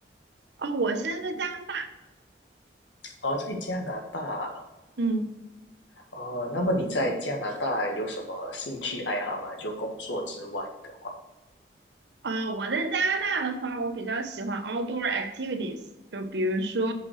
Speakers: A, on the right; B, on the left.
A: 哦，我现在在加拿大，
B: 哦，在加拿大。
A: 嗯
B: 哦，那么你在加拿大有什么兴趣爱好吗？就工作之外的。
A: 呃，我在加拿大的话，我比较喜欢 outdoor activities，就比如说